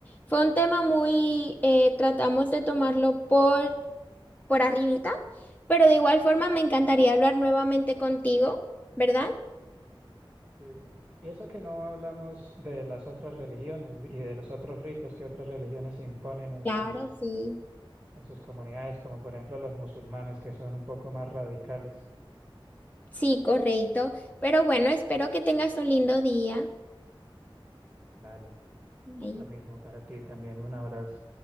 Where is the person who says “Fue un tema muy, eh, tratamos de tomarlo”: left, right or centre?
Left